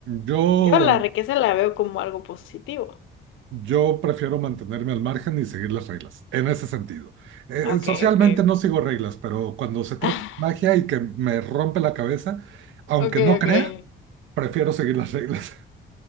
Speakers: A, on the right; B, on the left.
A: yo
B: Yo la riqueza la veo como algo positivo.
A: Yo prefiero mantenerme al margen y seguir las reglas, en ese sentido. Eh,
B: Ok,
A: socialmente
B: ok, ok.
A: no sigo reglas, pero cuando se trata
B: <laughs>
A: de magia y que me rompe la cabeza, aunque
B: Ok,
A: no
B: ok.
A: crea, prefiero seguir las reglas. <laughs>